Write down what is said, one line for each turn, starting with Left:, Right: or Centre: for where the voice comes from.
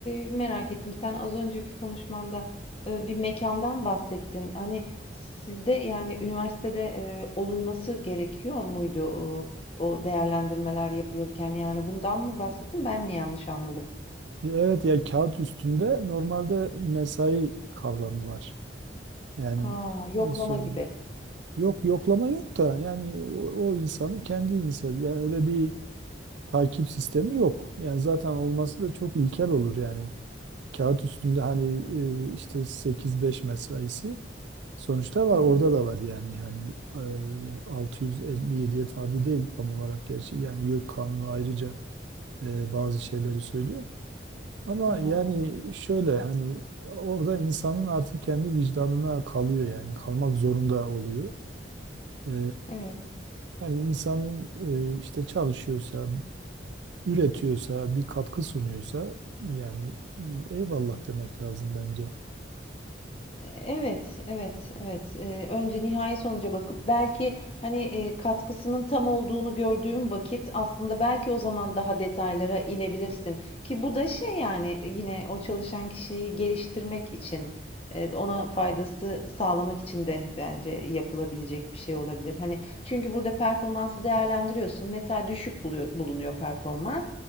Left: e, merak ettim. Sen az önceki konuşmanda e, bir mekandan bahsettin. Hani sizde yani üniversitede e, olunması gerekiyor muydu o, o değerlendirmeler yapılırken? Yani bundan mı bahsettin? Ben mi yanlış anladım?
Right: E, Evet ya kağıt üstünde normalde mesai kavramı var. Yani
Left: Ha, yoklama
Right: e, so
Left: gibi.
Right: Yok yoklama yok da yani o, o insanın kendi insanı yani öyle bir takip sistemi yok. Yani zaten olması da çok ilkel olur yani. Kağıt üstünde hani e, işte sekiz beş mesaisi sonuçta var
Left: Hı
Right: orada
Left: hı,
Right: da var yani yani e, 657'ye tabi değil tam olarak gerçi yani YÖK kanunu ayrıca e, bazı şeyleri söylüyor. Ama
Left: hı hı.
Right: yani şöyle hani orada insanın artık kendi vicdanına kalıyor yani kalmak zorunda oluyor. E,
Left: Evet.
Right: Yani insanın e, işte çalışıyorsa, üretiyorsa, bir katkı sunuyorsa yani e, eyvallah demek lazım bence.
Left: Evet, evet, evet. Eee, önce nihai sonuca bakıp belki hani eee, katkısının tam olduğunu gördüğüm vakit aslında belki o zaman daha detaylara inebilirsin. Ki bu da şey yani yine o çalışan kişiyi geliştirmek için, eee, ona faydası sağlamak için de bence yapılabilecek bir şey olabilir. Hani çünkü burada performansı değerlendiriyorsun. Mesela düşük buluyor- bulunuyor performans.